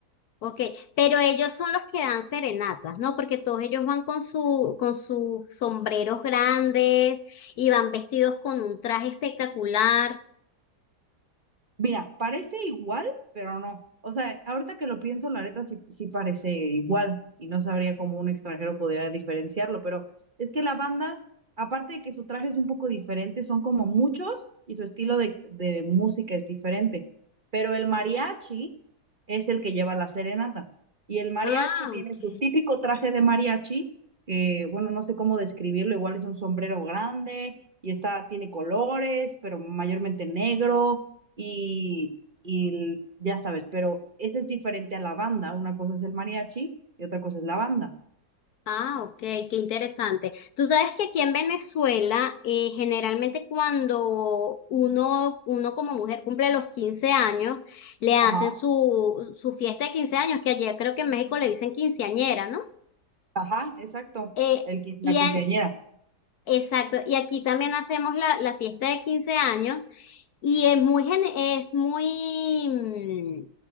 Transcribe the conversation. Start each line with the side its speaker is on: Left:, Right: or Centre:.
Left: ok. Pero ellos son los que dan serenatas, ¿no? Porque todos ellos van con su, con sus sombreros grandes y van vestidos con un traje espectacular.
Right: Mira, parece igual, pero no. O sea, ahorita que lo pienso, la neta sí, sí parece igual y no sabría cómo un extranjero podría diferenciarlo, pero es que la banda, aparte de que su traje es un poco diferente, son como muchos y su estilo de, de música es diferente. Pero el mariachi es el que lleva la serenata y el mariachi
Left: Ah,
Right: tiene
Left: ok.
Right: su típico traje de mariachi, que bueno, no sé cómo describirlo, igual es un sombrero grande y está, tiene colores, pero mayormente negro y, y ya sabes, pero ese es diferente a la banda. Una cosa es el mariachi y otra cosa es la banda.
Left: Ah, ok, qué interesante. Tú sabes que aquí en Venezuela, eh, generalmente cuando uno, uno como mujer cumple los 15 años, le hacen
Right: Ajá,
Left: su, su fiesta de quince años, que allá creo que en México le dicen quinceañera, ¿no?
Right: ajá, Exacto,
Left: Eh,
Right: el, qui- la
Left: y
Right: quinceañera.
Left: en, Exacto, y aquí también hacemos la, la fiesta de 15 años y es muy, gen- es muy, mm,